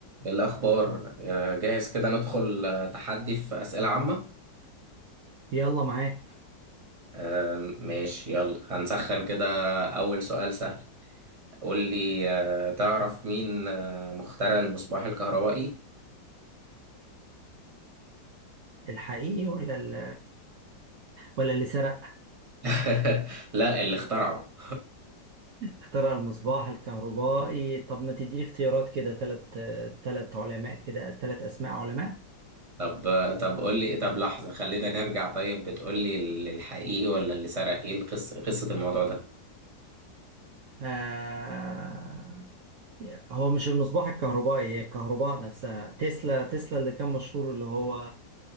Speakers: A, on the right; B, on the right.
A: الأخبار آه، جاهز كده ندخل آه، تحدي في أسئلة عامة
B: يلا معاك
A: آه، ماشي يلا هنسخن كده أول سؤال سهل قول لي آه، تعرف مين آه، مخترع المصباح الكهربائي؟
B: الحقيقي ولا ال... ولا اللي سرق
A: <laughs> لا اللي اخترعه
B: اخترع المصباح الكهربائي طب ما تديني اختيارات كده تلات تلات علماء كده تلات اسماء علماء
A: طب آه، طب قول لي طب لحظة خلينا نرجع طيب بتقول لي ال- الحقيقي ولا اللي سرق ايه القصة قصة الموضوع ده؟
B: آه... هو مش المصباح الكهربائي هي الكهرباء نفسها تسلا تسلا اللي كان مشهور اللي هو